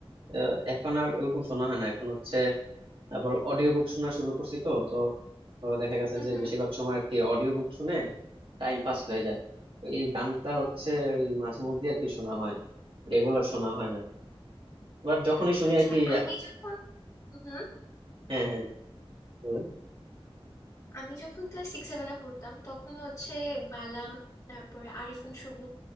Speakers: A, on the right (about 60°); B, on the left (about 35°).
A: আহ, এখন আর ওরকম শোনা হয় না এখন হচ্ছে আবার অডিও বুক শোনা শুরু করছি তো তো তো দেখা গেছে
B: হুম
A: যে
B: হুম
A: বেশিরভাগ সময় আর কি অডিও বুক শুনে টাইম পাস হয়ে যায় তো এই গানটা হচ্ছে ওই মাঝে মধ্যে আর কি শোনা হয় রেগুলার শোনা হয় না বাট যখনই
B: আচ্ছা
A: শুনি
B: আচ্ছা
A: আর কি
B: আমি যখন হুম হুম,
A: হ্যাঁ হ্যাঁ বলেন
B: আমি যখন ক্লাস সিক্স সেভেনে পড়তাম তখন হচ্ছে বালাম তারপর আরিফিন শুভ